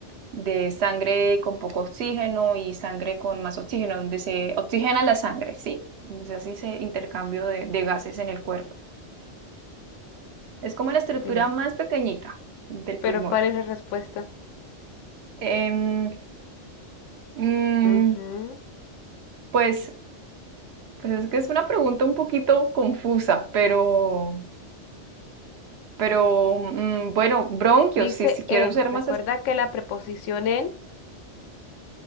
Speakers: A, on the right; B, on the left.
A: de sangre con poco oxígeno y sangre con más oxígeno, donde se oxigena la sangre, ¿sí? Entonces así se intercambio de, de gases en el cuerpo. Es como la estructura
B: Sí.
A: más pequeñita del
B: Pero
A: pulmón.
B: ¿cuál es la respuesta?
A: Em, mm,
B: Ujú.
A: pues, pues es que es una pregunta un poquito confusa, pero... Pero mm, bueno, bronquios,
B: Dice
A: sí, si quiero
B: en.
A: ser
B: Recuerda
A: más... es-
B: que la preposición en